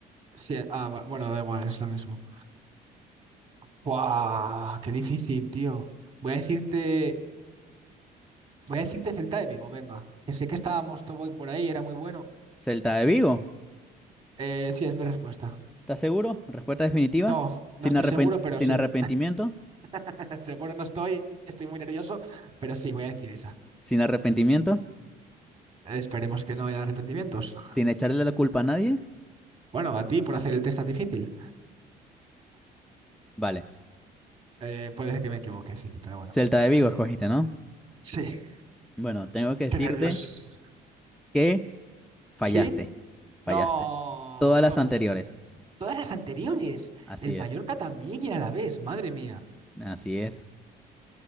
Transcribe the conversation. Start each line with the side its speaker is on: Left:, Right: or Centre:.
Right: Sí, ah, va- bueno, da igual, es lo mismo. ¡Guau! ¡Qué difícil, tío! Voy a decirte. Voy a decirte Celta de Vigo, venga. Que sé que estábamos Toboy por ahí, era muy bueno.
Centre: Celta de Vigo,
Right: Eh, sí, es mi respuesta.
Centre: ¿estás seguro? Respuesta definitiva,
Right: No,
Centre: sin
Right: no estoy
Centre: arrepent-
Right: seguro, pero
Centre: sin
Right: sí.
Centre: arrepentimiento,
Right: <laughs> Seguro no estoy, estoy muy nervioso, pero sí, voy a decir esa.
Centre: sin arrepentimiento,
Right: Esperemos que no haya arrepentimientos.
Centre: sin echarle la culpa a nadie.
Right: Bueno, a ti por hacer el test tan difícil.
Centre: Vale,
Right: Eh, puede que me equivoque, sí, pero bueno.
Centre: Celta de Vigo escogiste, ¿no?
Right: Sí,
Centre: Bueno, tengo que decirte
Right: qué nervios.
Centre: que fallaste,
Right: ¿Sí? No,
Centre: fallaste. Todas las
Right: todos.
Centre: anteriores.
Right: Todas las anteriores.
Centre: Así
Right: El Mallorca
Centre: es,
Right: también y el Alavés, madre mía.
Centre: así es,